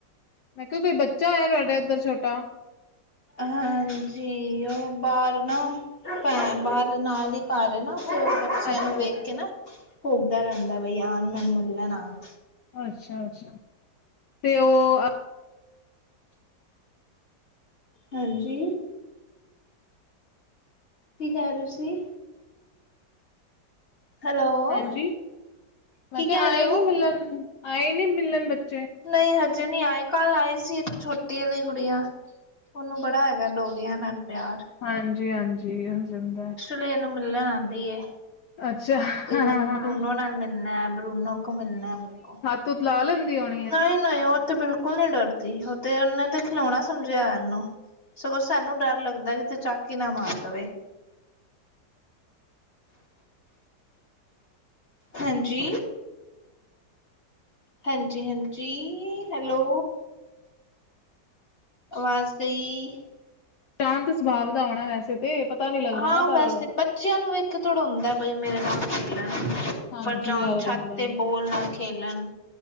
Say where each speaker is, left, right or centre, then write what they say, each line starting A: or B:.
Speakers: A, on the left; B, on the left.
A: ਮੈਂ ਕਿਹਾ ਕੋਈ ਬੱਚਾ ਹੈ ਤੁਹਾਡੇ ਉੱਧਰ ਛੋਟਾ।
B: ਹਾਂਜੀ ਔਹ ਬਾਰ ਨਾ। ਭੈਣ ਬਾਹਰ ਨਾਲ ਹੀ ਘਰ ਏ ਨਾ ਕੌਲ ਬੱਚਿਆਂ
A: ਅੱਛਾ
B: ਨੂੰ ਵੇਖ
A: ਅੱਛਾ
B: ਕੇ ਨਾ ਭੋਕਦਾ ਰਹਿੰਦਾ ਬਈ ਆਣ ਮੈਨੂੰ ਮਿਲਣ ਆਉਣ।
A: ਅੱਛਾ-ਅੱਛਾ ਤੇ ਔਹ ਆ।
B: ਹਾਂਜੀ। ਕੀ ਕਾ ਰਹੇ ਤੁਸੀਂ? ਹੈਲੋ
A: ਹਾਂਜੀ
B: ਕੀ
A: ਮੈਂ ਕਿਹਾ
B: ਕਹਿ ਰਹੇ
A: ਆਏ
B: ਹੋ
A: ਨਹੀਂ ਮਿਲਣ ਆਏ ਨਹੀ ਮਿਲਣ ਬੱਚੇ
B: ਨਹੀਂ ਹਜੇ ਨਹੀ ਆਏ ਕੱਲ ਆਏ ਸੀ ਇੱਕ ਛੋਟੀ ਵਾਲੀ ਗੁੜੀਆ। ਔਹਨੂੰ ਬੜਾ ਹੈਗਾ ਡੋਗਿਆਂ ਨਾਲ ਪਿਆਰ।
A: ਹਾਂਜੀ-ਹਾਂਜੀ ਹੋ ਜਾਂਦਾ।
B: ਲੀ ਇਹਨੂੰ ਮਿਲਣ ਆਉਂਦੀ ਏ
A: ਅੱਛਾ
B: ਬਈ
A: ਹਾਂ
B: ਮੈਨੂੰ ਬਰੂਨੋ ਨਾਲ ਮਿਲਣਾ ਬਰੂਨੋ ਕੋ ਮਿਲਣਾ ਮੇਰੇ ਕੋ।
A: ਤੂੰ ਲਾ ਲੈਦੇ ਦੇ ਹੁਣ।
B: ਨਹੀਂ ਨਹੀਂ ਔਹ ਤੇ ਬਿਲਕੁਲ ਨਹੀਂ ਡਰਦੀ ਔਤੇ ਤੇ ਉਹਨੇ ਤੇ ਖਿਲੌਉਣਾ ਸਮਝਿਆ ਇਹਨੂੰ। ਸਗੋਂ ਸਾਨੂੰ ਡਰ ਲੱਗਦਾ ਕਿਤੇ ਚਾਕ ਨਾ ਮਾਰ ਦੇਵੇ। ਹਾਂਜੀ। ਹਾਂਜੀ -ਹਾਂਜੀ ਹੈਲੋ। ਆਵਾਜ਼ ਗ ਈ।
A: ਸ਼ਾਂਤ ਸੁਭਾਵ ਦਾ ਆਉਣਾ ਵੈਸੇ ਤੇ ਪਤਾ ਨੀ ਲੱਗਦਾ
B: ਹਾਂ
A: ਨਾ
B: ਵੈਸੇ
A: ਪਰ ਉਹਦੋ।
B: ਬੱਚਿਆਂ ਨੂੰ ਇਕ ਥੋੜਾ ਬਈ ਮੇਰੇ ਨਾਲ ਖੇਲਣ। ਉੱਪਰ
A: ਹਾਂਜੀ
B: ਜਾਣ
A: ਇਹੋ ਜਿਹਾ
B: ਛੱਤ ਤੇ
A: ਹੁੰਦਾ
B: ਬੋਲ ਨਾਲ ਖੇਲਣ।